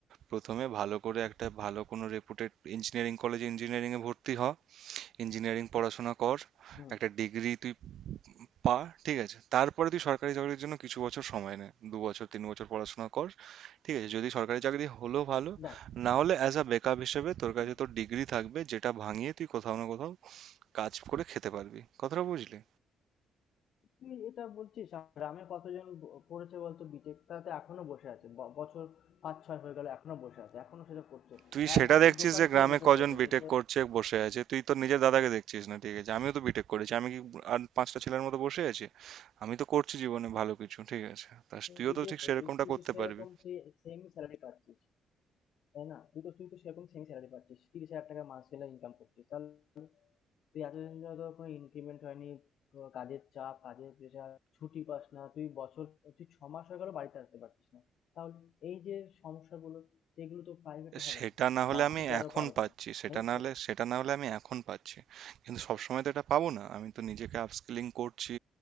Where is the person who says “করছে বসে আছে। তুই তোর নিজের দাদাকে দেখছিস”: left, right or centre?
Right